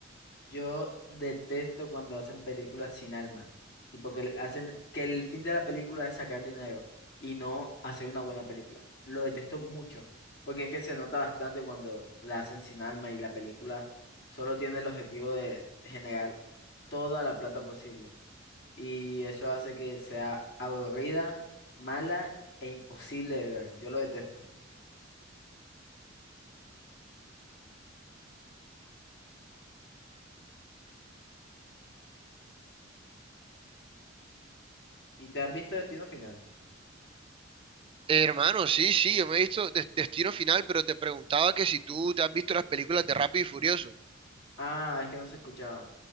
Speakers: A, on the left (about 60°); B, on the right (about 25°).
A: Yo detesto cuando hacen películas sin alma. Tipo que le- hacen que el fin de la película es sacar dinero y no hacer una buena película. Lo detesto mucho, porque es que se nota bastante cuando la hacen sin alma y la película solo tiene el objetivo de generar toda la plata posible. Y eso hace que sea aburrida, mala e imposible de ver. Yo lo detesto. ¿Y te has visto Destino Final?
B: Hermano, sí, sí, yo me he visto Des- Destino Final, pero te preguntaba que si tú te has visto las películas de Rápido y Furioso.
A: Ah, es que no se escuchaba.